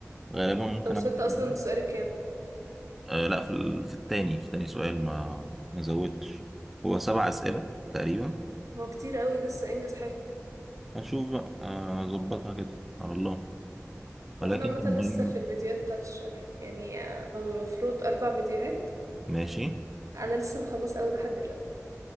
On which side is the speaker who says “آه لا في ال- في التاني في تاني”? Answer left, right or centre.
Centre